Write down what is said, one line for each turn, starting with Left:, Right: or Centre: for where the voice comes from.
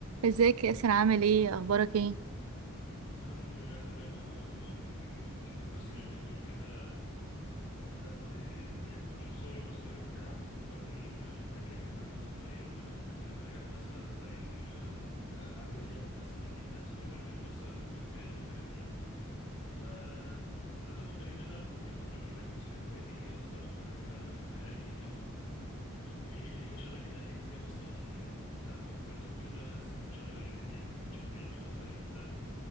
Right: ازيك يا ياسر عامل ايه اخبارك ايه
Left: الحمد لله تمام اهو والله ال- مشغول بس اليومين دول كده بدأت يعني كنت بشوف صوري وانا صغير وبتاع فافتكرت ال- الهوايات اللي كانت عندي وانا صغير وان انا كنت بحب حاجات مثلا زي ال- الالعاب اللي هي المجسمات دي بتاعت سبايدر مان مثلا وباتمان والحاجات دي فبدأت اخد بالي ان انا بقالي فترة مش مركز في هواياتي ايه اصلا او الحاجات اللي انا بحبها ايه او او ايه ايه شغفي ناحية ايه اصلا من ساعة ما كبرت وكده حاسس ان مشاغل الدنيا مبقتش مخليني واخد بالي من ده